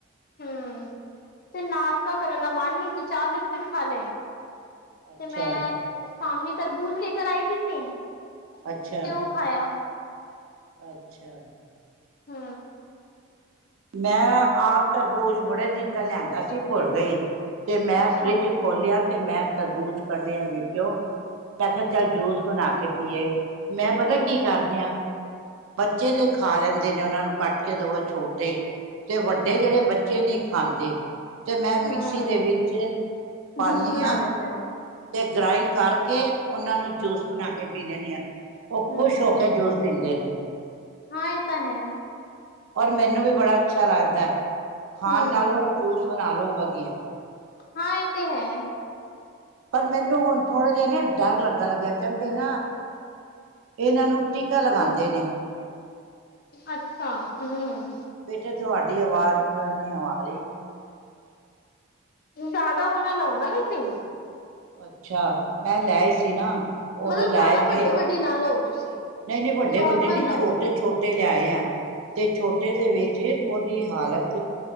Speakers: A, on the left; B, on the right.
A: ਹੂੰ, ਤੇ ਨਾਸ਼ਤਾ ਕਰਨ ਦਾ ਮਨ ਨੀ ਸੀ, ਚਾਹ ਬਿਸਕਿਟ ਖਾ ਲੇ।
B: ਅੱਛਾ
A: ਤੇ ਮੈਂ ਸਾਮਣੀ ਤਰਬੂਜ਼ ਲੇ ਕਰ ਆਈ ਦੀ ਸੀ। ਤੇ
B: ਅੱਛਾ
A: ਓਹ ਖਾਯਾ।
B: ਅੱਛਾ।
A: ਹੂੰ।
B: ਮੈਂ ਆਪ ਤਰਬੋਜ਼ ਬੜੇ ਦਿਨ ਦਾ ਲਿਆਂਦਾ ਸੀ, ਭੁੱਲ ਗਈ। ਤੇ ਮੈਂ
A: ਅੱਛਾ
B: ਫਰਿੱਜ ਖੋਲਿਆ। ਤੇ ਮੈਂ ਤਰਬੂਜ਼ ਕੱਢਿਆ ਵਿੱਚੋਂ, ਮੈਂ ਕਿਹਾ ਚੱਲ ਜੂਸ ਬਣਾ ਕੇ ਪੀਏ। ਮੈਂ ਪਤਾ
A: ਹੂੰ
B: ਕੀ ਕਰਦੀ ਆਂ, ਬੱਚੇ ਜੇ ਖਾ ਲੈਂਦੇ ਨੇ ਔਨਾਂ ਨੂੰ ਕੱਟ ਕੇ ਦੇਵੋ ਛੋਟ ਟੇ ਵੱਡੇ ਜੇੜੇ ਬੱਚੇ ਨਹੀਂ ਖਾਂਦੇ। ਤੇ ਮੈਂ
A: ਹੂੰ
B: ਮਿਕਸੀ ਦੇ ਵਿੱਚ ਪਾੱਣੀ
A: ਜੂਸ ਬਣਾ
B: ਆਂ।
A: ਲੈਂਦੇ ਹੋ
B: ਤੇ ਗ੍ਰਾਇੰਡ ਕਰਕੇ ਓਨਾਂ ਨੂੰ ਜੂਸ ਬਣਾ ਕੇ ਪੀ ਲੈਂਨੇ ਆਂ। ਓ
A: ਹੂੰ
B: ਖੁਸ਼ ਹੋ ਕੇ ਜੂਸ ਪੀਂਦੇ ਨੇ।
A: ਹਾਂ ਐ ਤਾਂ ਹੈ।
B: ਪਰ ਮੈਨੂੰ ਵੀ ਬੜਾ ਅੱਛਾ ਲੱਗਦਾ ਐ। ਖਾਣ
A: ਹੂੰ
B: ਨਾਲੋਂ ਜੂਸ ਬਣਾ ਲਓ ਵਧੀਆ।
A: ਹਾਂ ਏ ਤੇ ਹੈ।
B: ਪਰ ਮੈਨੂੰ ਹੁਣ ਥੋੜੇ ਜਿਹੇ ਨਾ ਡਰ ਲੱਗਣ ਲੱਗਿਆ ਕਹਿੰਦੇ ਨਾ ਏਨਾਂ ਨੂੰ ਟੀਕਾ ਲਗਾਂਦੇ
A: ਹੂੰ
B: ਨੇ।
A: ਅੱਛਾ ਹੂੰ
B: ਬੇਟੇ ਤੁਹਾਡੀ ਆਵਾਜ਼ ਅ ਨੀ ਆ ਰੀ।
A: ਜਾਦਾ ਓ ਨਾਂ ਲਓ ਨਾ ਤੁਸੀ।
B: ਅੱਛਾ। ਮੈਂ ਲੈਆਇ ਸੀ ਨਾ ਓਦੋਂ
A: ਮਤਲਬ
B: ਲੈ
A: ਜ਼ਿਆਦਾ
B: ਪਏ
A: ਵੱਡੇ ਵੱਡੇ ਨਾ ਲਓ ਤੁਸੀਂ
B: ਨਈ ਨਈ ਵੱਡੇ-ਵੱਡੇ
A: ਨੋਰਮਲ
B: ਨੀ
A: ਲਓ
B: ਛੋਟੇ-ਛੋਟੇ ਲਿਆਏ ਆਂ ਤੇ ਛੋਟੇ ਦੇ ਵਿੱਚ ਓਦੀ ਹਾਲਤ